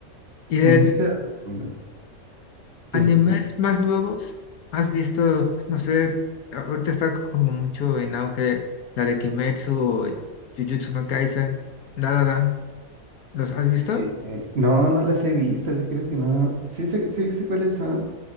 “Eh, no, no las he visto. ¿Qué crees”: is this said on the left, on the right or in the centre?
Right